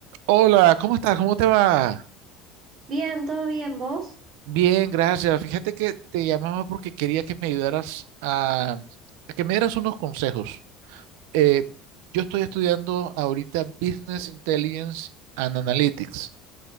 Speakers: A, on the right; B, on the right.
A: Hola, ¿cómo estás? ¿Cómo te va?
B: Bien, todo bien, ¿vos?
A: Bien, gracias. Fíjate que te llamaba porque quería que me ayudaras a, a que me dieras unos consejos. Eh, yo estoy estudiando ahorita Business Intelligence and Analytics